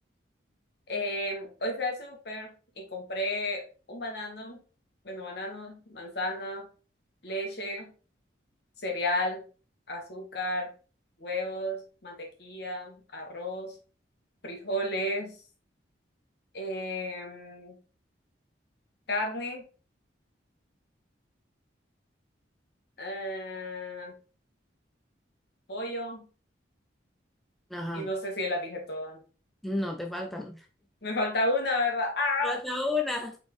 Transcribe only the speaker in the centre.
Ajá.
No, te faltan.
Falta una.